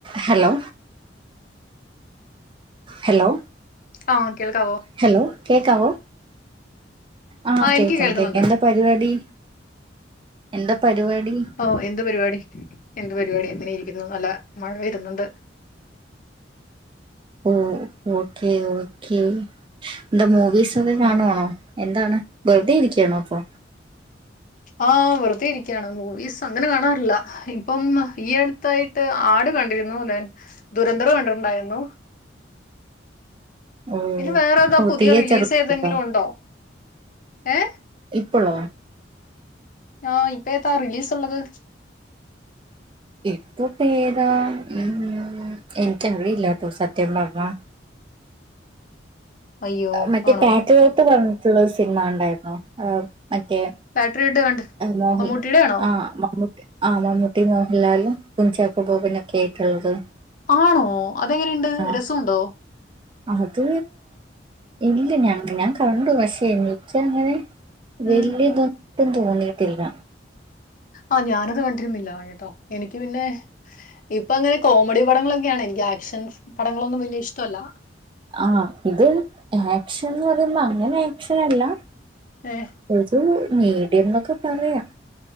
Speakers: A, on the right; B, on the left.
A: ഹലോ ഹലോ
B: ആ കേൾക്കാവോ
A: ഹലോ കേക്കാവോ ആഹ്
B: എനിക്ക്
A: കേക്കാം
B: കേൾക്കുന്നുണ്ട്
A: കേക്കാം എന്താ പരിപാടി എന്താ പരിപാടി
B: ഓ എന്ത് പരിപാടി എന്ത് പരിപാടി അങ്ങനെ ഇരിക്കുന്നു നല്ല മഴ വരുന്നുണ്ട്
A: ഓ ഓക്കേ ഓക്കേ എന്താ മൂവീസ് ഒക്കെ കാണുവാണോ
B: ആഹ്
A: എന്താണ് വെറുതെ ഇരിക്കാണോ ഇപ്പോ
B: ആഹ വെറുതെ ഇരിക്കാണ് മൂവീസ് അങ്ങനെ കാണാറില്ല ഇപ്പം ഈ അടുത്തായിട്ട് ആട് കണ്ടിരുന്നു ദൻ ദുരന്തർ കണ്ടിട്ടുണ്ടായിരുന്നു
A: ഓ
B: ഇനി വേറെതോ
A: ഓ
B: പുതിയ
A: തിയേറ്ററിൽ
B: റിലീസ് ഏതെങ്കിലും
A: പോയിട്ടോ
B: ഉണ്ടോ ഏ
A: ഇപ്പളോ
B: ആഹ് ഇപ്പ ഏതാ റിലീസുള്ളത്
A: ഇപ്പപേത ഉം എനിക്ക് അറിയില്ലാട്ടോ സത്യം പറഞ്ഞാ
B: അയ്യോ
A: മറ്റേ
B: ആണോ
A: പാട്രിയോട്ട് പറഞ്ഞിട്ടുള്ളൊരു സിനിമ ഉണ്ടായിരുന്നു മറ്റേ
B: ബാറ്ററിയിട്ട് കണ്ട്
A: മോഹൽ
B: മമ്മൂട്ടിയുടെ ആണോ
A: ആഹ് മമ്മൂട്ടി ആ മമ്മൂട്ടി മോഹൻലാല് കുഞ്ചാക്ക ബോബനൊക്കെ ആയിട്ടുള്ളത്
B: ആണോ അതെങ്ങനെയുണ്ട്
A: ആഹ്
B: രസമുണ്ടോ
A: അത് ഇല്ല ഞാൻ ഞാൻ കണ്ടു പക്ഷെ എനിക്ക് അങ്ങനെ വലിയ
B: ഉം
A: ഇതൊട്ടും തോന്നിയിട്ടില്ല
B: ആഹ് ഞാനത് കണ്ടിരുന്നില്ല കേട്ടോ എനിക്ക് പിന്നെ ഇപ്പൊ അങ്ങനെ കോമഡി പടങ്ങളൊക്കെയാണ് എനിക്ക് ആക്ഷൻ പടങ്ങളൊന്നും വലിയ ഇഷ്ടവല്ല
A: ആഹ് ഇത് ആക്ഷൻന്ന് പറയുമ്പോ അങ്ങനെ ആക്ഷനല്ല
B: ഏ
A: ഒരു മീഡിയം എന്നൊക്കെ പറയാം